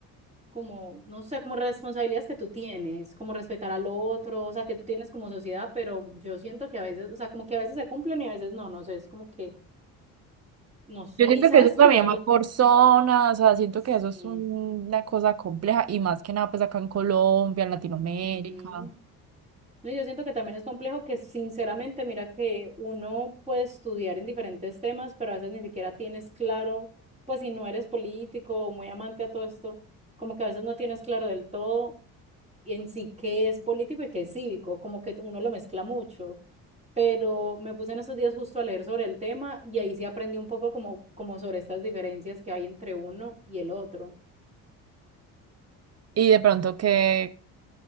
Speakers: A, on the right; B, on the right.
A: como, no sé, como responsabilidades que tú tienes, como respetar al otro, o sea, que tú tienes como sociedad, pero yo siento que a veces, o sea, como que a veces se cumplen y a veces no, no sé, es como que, no sé,
B: Yo siento
A: y sabes
B: que eso también
A: que
B: va por zonas, o sea, siento
A: Sí.
B: que eso es un- una cosa compleja y más que nada pues acá en Colombia, en Latinoamérica
A: ujú. No, yo siento que también es complejo que sinceramente, mira que uno puede estudiar en diferentes temas, pero a veces ni siquiera tienes claro, pues si no eres político o muy amante a todo esto, como que a veces no tienes claro del todo en sí qué es político y qué es cívico, como que uno lo mezcla mucho. Pero me puse en estos días justo a leer sobre el tema y ahí sí aprendí un poco como, como sobre estas diferencias que hay entre uno y el otro.
B: y de pronto que,